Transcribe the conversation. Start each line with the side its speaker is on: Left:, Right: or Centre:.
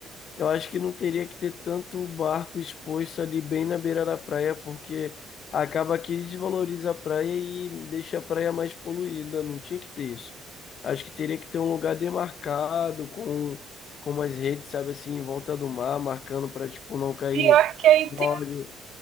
Left: Eu acho que não teria que ter tanto barco exposto ali bem na beira da praia, porque acaba que desvaloriza a praia e deixa a praia mais poluída. Não tinha que ter isso. Acho que teria que ter um lugar demarcado com, com umas redes, sabe assim, em volta do mar, marcando para tipo não cair
Right: Pior que aí tem.
Left: óleo.